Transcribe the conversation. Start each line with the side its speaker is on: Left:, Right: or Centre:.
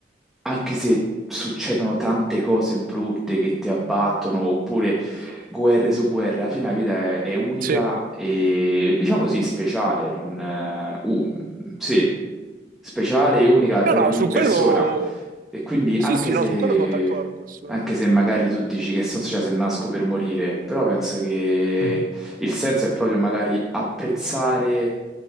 Centre: anche se succedono tante cose brutte che ti abbattono, oppure guerre su guerre, alla fine la vita è, è unica
Right: Sì.
Centre: e diciamo sì, speciale, non, eh, un- sì, speciale e unica
Right: No,
Centre: per
Right: no,
Centre: ogni
Right: su
Centre: persona.
Right: quello...
Centre: E quindi
Right: Sì,
Centre: anche
Right: sì,
Centre: se,
Right: no, su quello sono d'accordo, assolutamente.
Centre: anche se magari tu dici che senso c'è se nasco per morire, però penso che
Right: Mhm.
Centre: il senso è proprio magari apprezzare